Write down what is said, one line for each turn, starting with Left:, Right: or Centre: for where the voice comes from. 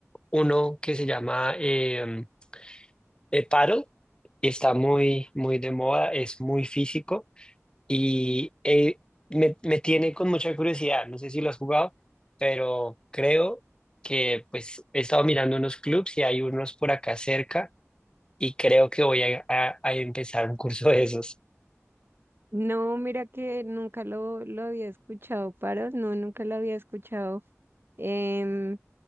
Left: uno que se llama eh, eh, paddle, y está muy, muy de moda, es muy físico Y eh, me, me tiene con mucha curiosidad, no sé si lo has jugado, pero creo que pues he estado mirando unos clubs y hay unos por acá cerca y creo que voy a, a- a empezar un curso de esos.
Right: No, mira que nunca lo, lo había escuchado, Paro, no, nunca lo había escuchado. Em,